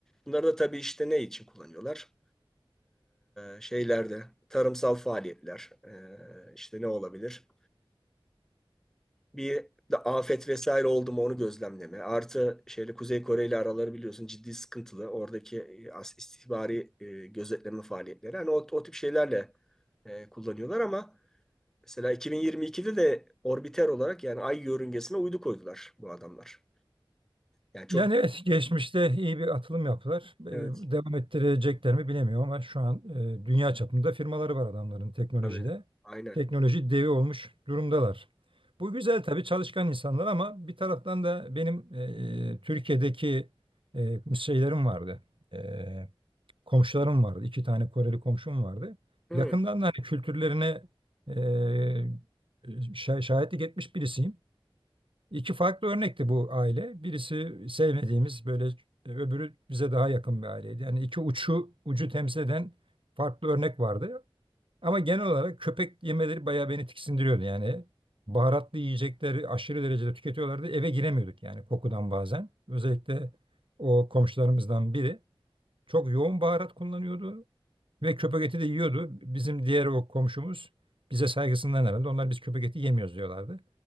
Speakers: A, in the centre; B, on the right (about 65°).
A: Bunları da tabii işte ne için kullanıyorlar? E, şeylerde tarımsal faaliyetler e, işte ne olabilir? Bir de afet vesaire oldu mu onu gözlemleme. Artı şeyle Kuzey Kore ile araları biliyorsun ciddi sıkıntılı. Oradaki e, istihbari e, gözetleme faaliyetleri. Hani o, o tip şeylerle e, kullanıyorlar ama mesela 2022'de de orbiter olarak yani ay yörüngesine uydu koydular bu adamlar. Yani çok
B: Yani evet geçmişte iyi bir atılım yaptılar. Ee,
A: Evet.
B: devam ettirecekler mi bilemiyorum ama şu an e, dünya çapında firmaları var adamların teknolojide.
A: Tabii. Aynen.
B: Teknoloji devi olmuş durumdalar. Bu güzel tabii çalışkan insanlar ama bir taraftan da benim e, Türkiye'deki e, şeylerim vardı. E, komşularım vardı. İki tane Koreli komşum vardı.
A: Hı.
B: Yakından da hani kültürlerine e, şah- şahitlik etmiş birisiyim. İki farklı örnekti bu aile. Birisi sevmediğimiz böyle e, öbürü bize daha yakın bir aileydi. Yani iki uçu ucu temsil eden farklı örnek vardı. Ama genel olarak köpek yemeleri bayağı beni tiksindiriyordu. Yani baharatlı yiyecekleri aşırı derecede tüketiyorlardı. Eve giremiyorduk yani kokudan bazen. Özellikle o komşularımızdan biri çok yoğun baharat kullanıyordu. Ve köpek eti de yiyordu. Bizim diğer o komşumuz bize saygısından herhalde. Onlar biz köpek eti yemiyoruz diyorlardı.